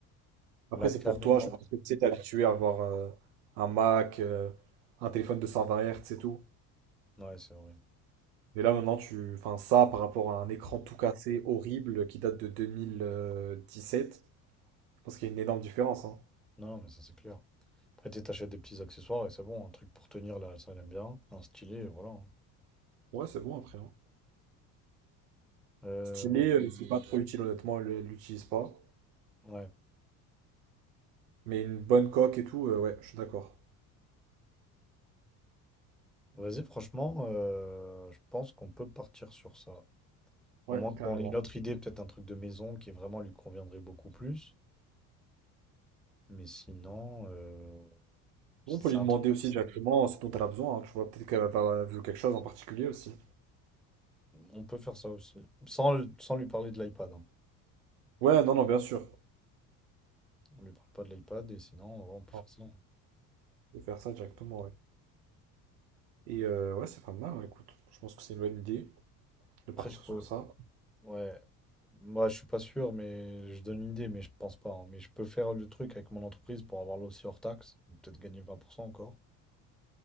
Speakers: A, in the centre; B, on the right (about 85°).
A: La
B: Après, c'est
A: caméra.
B: pour toi, je pense que tu sais, t'es habitué à avoir euh, un Mac, euh, un téléphone de 120 Hz et tout.
A: Ouais, c'est vrai.
B: Mais là, maintenant, tu... Enfin, ça, par rapport à un écran tout cassé, horrible, qui date de 2017, je pense qu'il y a une énorme différence, hein.
A: Non, mais ça, c'est clair. Après, tu sais, t'achètes des petits accessoires et c'est bon. Un truc pour tenir, là, ça, elle aime bien. Un stylet, et voilà. hein.
B: Ouais, c'est bon après, hein.
A: Euh,
B: Stylé, euh, c'est pas trop utile, honnêtement, elle elle l'utilise pas.
A: Ouais.
B: Mais une bonne coque et tout, euh, ouais, je suis d'accord.
A: Vas-y, franchement, euh, je pense qu'on peut partir sur ça. À
B: Ouais,
A: moins qu'on
B: carrément.
A: ait une autre idée, peut-être un truc de maison qui vraiment lui conviendrait beaucoup plus. Mais sinon, euh, si
B: On peut
A: c'est
B: lui
A: un
B: demander
A: truc,
B: aussi directement ce dont elle a besoin, hein, tu vois, peut-être qu'elle va avoir vu quelque chose en particulier aussi.
A: on peut faire ça aussi. Sans, le- sans lui parler de l'iPad. hein.
B: Ouais, non, non, bien sûr.
A: On lui parle pas de l'iPad et sinon, ouais, on peut faire
B: On
A: ça.
B: peut faire ça directement, ouais. Et euh, ouais, c'est pas mal, hein, écoute. Je pense que c'est une bonne idée de partir
A: Après, je peux.
B: sur ça.
A: Ouais. Moi, je suis pas sûr, mais je donne une idée, mais je pense pas. hein. Mais je peux faire le truc avec mon entreprise pour avoir là aussi hors taxe. donc Peut-être gagner 20% encore.